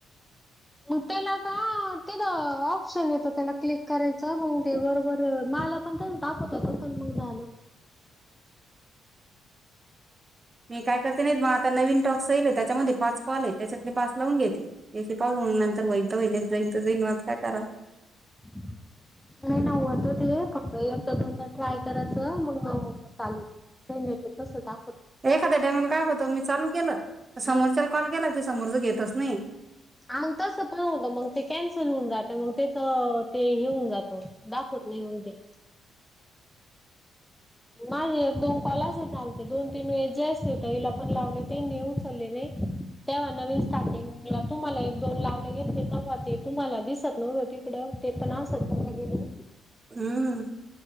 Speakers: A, in the centre; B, on the right (about 30°).
A: उप्याला का ते ऑप्शन येत त्याला क्लिक करायच मग ते बरोबर माला पण दाखवत होता पण मग झालं <inaudible>
B: मी काय करते नाहीत मग आता नवीन टॉक्सईल त्याच्यामध्ये पाच कॉल आहे त्याच्यातले पाच लावून घेते पाहून नंतर वैध वहिने जाईन जैन वात काय करा
A: हम् नाही नावत हो फक्त एकट दोनदा ट्राय करायचं मग न होतं चालू काही नाहीट तसद्धा
B: एखाद्या टायमला काय होतं मी चालू केलं समोरच्या
A: हम्
B: कॉल केला ते समोरच घेतच नाही
A: मग तस पण होत मग ते कॅन्सल होऊन जातं मग त्याच ते हे होऊन जात दाखवत नाही उे माझे एक दोन कॉलास चालते दोन तीन वे जस य हला पण लावले ते न हल्ने तेव्हा नवीन स्टार्टिंग तुम्हाला एक दोन लावले गेले ते तेव्हा ते तुम्हाला दिसत नव्हतं तिकडं ते पण आसात भा गेले
B: हम्म